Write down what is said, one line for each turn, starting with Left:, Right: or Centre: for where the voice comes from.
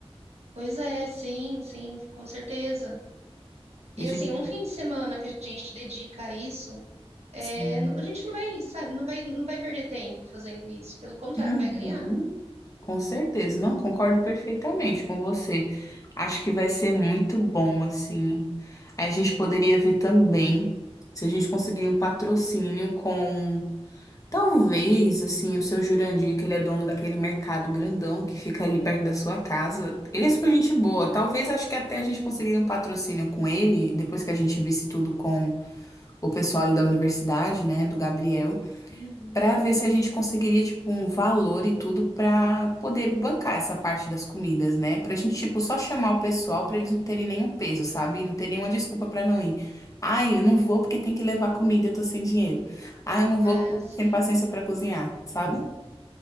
Right: Pois é, sim, sim, com certeza. E
Left: E a gente.
Right: assim, um fim de semana que a gente dedica a isso, é,
Left: Sim.
Right: não- a gente não vai, sabe, não vai, não vai perder tempo fazendo isso. Pelo contrário,
Left: Uhum.
Right: vai ganhar.
Left: Com certeza, não concordo perfeitamente com você. Acho que vai ser muito bom, assim. A gente poderia ver também se a gente conseguir um patrocínio com, talvez, assim, o seu Jurandir, que ele é dono daquele mercado grandão que fica ali perto da sua casa. Ele é super gente boa. Talvez, acho que até a gente conseguiria um patrocínio com ele, depois que a gente visse tudo com o pessoal ali da universidade, né, do Gabriel
Right: Uhum.
Left: para ver se a gente conseguiria, tipo, um valor e tudo para poder bancar essa parte das comidas, né? Pra gente, tipo, só chamar o pessoal
Right: Sim.
Left: para eles não terem nenhum peso, sabe? Não ter nenhuma desculpa para não ir. Ai, eu não vou porque tem que levar comida, eu tô sem dinheiro. Ai, eu não vou
Right: Ah,
Left: porque
Right: sim.
Left: eu tô sem paciência para cozinhar, sabe?